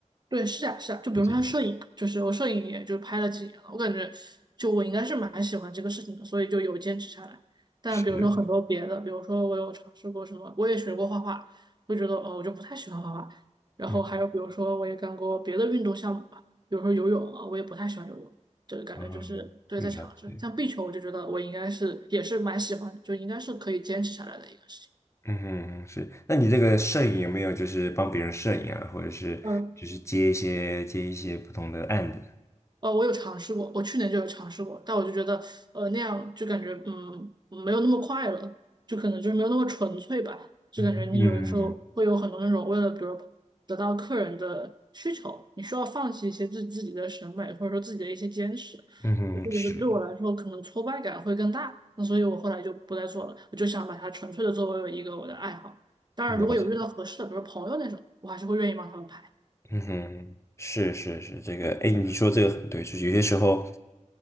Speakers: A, on the right; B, on the left.
A: 对，是的，是的，就比如说像摄影，
B: 一直
A: 就是我摄影也就拍了几年了，我感觉就我应该是蛮喜欢这个事情的，所以就有坚持下来。但比如说很多别的，
B: 是，
A: 比如说我有尝试过什么，我也学过画画，我觉得呃我就不太喜欢画画。然后还有比如说我也干过别的运动项目吧，
B: 嗯
A: 比如说游泳啊，我也不太喜欢游泳，就感觉就是对在尝试。
B: 嗯，嗯了解，
A: 像壁球，我就觉得我应该是也是蛮喜欢的，就应该是可以坚持下来的一个事情。
B: 嗯哼，是。那你这个摄影有没有就是帮别人摄影啊，或者是就是接一些接一些不同的案子？
A: 嗯。呃，我有尝试过，我去年就有尝试过，但我就觉得，呃，那样就感觉，嗯，没有那么快乐，就可能就是没有那么纯粹吧，就感觉你有的时候会有很多那种为了，
B: 嗯嗯
A: 比如得到客人的需求，你需要放弃一些自自己的审美，或者说自己的一些坚持。
B: 嗯哼，
A: 我会觉得对我来说，
B: 是
A: 可能挫败感会更大，那所以我后来就不再做了，我就想把它纯粹的作为一个我的爱好。当然，
B: 了解。
A: 如果有遇到合适的，比如朋友那种，我还是会愿意帮他们排。
B: 嗯哼，是是是，这个，哎，你说这个很对，就是有些时候，